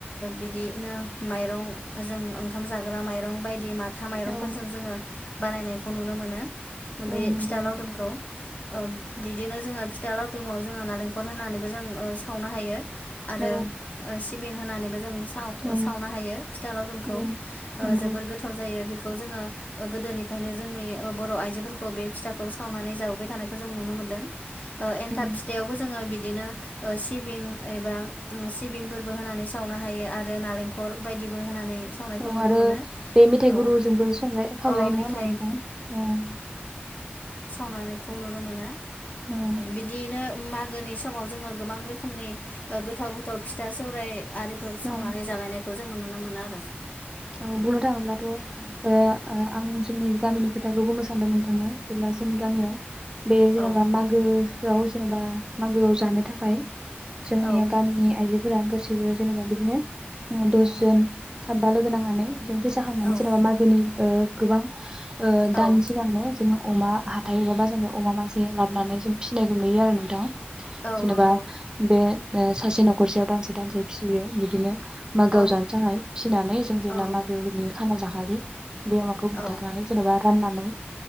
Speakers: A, on the left; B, on the right.
A: बिदिनो माइरं जों ओंखाम जाग्रा माइरं बाय दि माथा माइरंफोरजों
B: औ
A: जोङो बानायनायखौ नुनो मोनो।
B: औ
A: बे
B: नंगौ
A: फिथा लावदुमखौ ओ बिदिनो जोङो फिथा लावदुमाव जोङो नालेंखर होनानैबो जों ओ सावनो हायो। आरो
B: औ
A: सि सिबिं होनानैबो जों साव <unintelligible>
B: औ
A: सावनो हायो फिथा लावदुमखौ।
B: औ नंगौ
A: जोबोर गोथाव जायो बे खौ जोङो गोदोनिफ्रायनो जोंनि बर' आइजोफोरखौ बे फिथाखौ सावनानै जाबोबाय थानायखौ जों नुनो मोनदों। ओ एन्थाब
B: औ
A: फिथाइावबो जोङो बिद बिदिनो ओ सिबिं एबा सिबिंफोरबो होनानै सावनो हायो आरो नालेंख हर बायदिबो होनानै सावनायखौ
B: औ
A: नुनो
B: आरो
A: मोनो
B: बे मेथाइ
A: औ
B: गुरुजोंबो संजा खावजायो
A: औ
B: नङा
A: मिथाइ
B: होमबा नोंथां औ।
A: सावनानैखौ नुनो मोनो।
B: औ
A: बिदियैनो मागोनि समाव जोङो गोबां रोखोमनि गोथाव गोथाव फिथा सौराय आरिफोर सावनानै
B: औ
A: जालायनाय जोङो नुनो मोनो आरो।
B: औ बुनों थांङोब्ला बो
A: औ
B: ओ। आं जोंनि गामिनि खोथाखौ बुंनो सानदों नोंथांनो। जेब्ला जोंनि गामियाव बे जेनेबा
A: औ
B: मागोआव जेनेबा मागोआव जानो थाखाय जोंनिया
A: औ
B: गामिनि आयजो फोरा गासैबो जेन'बा बिदिनो दस जोन। साबबा लोगोनां नानै जों फैसा खांनानै
A: औ
B: जेनबा मागोनि ओ गोबां। ओ
A: औ
B: दानि सिगांनो जोङो अमा हाथाय बा बाजारनिफ्राय अमा मासे लाबोनानै जों फिसिनायखौ नुयो आरो नोंथां।
A: औ
B: जेनेबा
A: नंगौ
B: बे ओ सासे न'खरसेयाव दानसे दानसे फिसियो बिदिनो मागोआव
A: औ
B: जानो थाखाय फिनानै जेब्ला
A: औ
B: मागोनि खाना जाखालि। बे अमाखौ बुथारनानै
A: औ
B: जेनेबा राननानै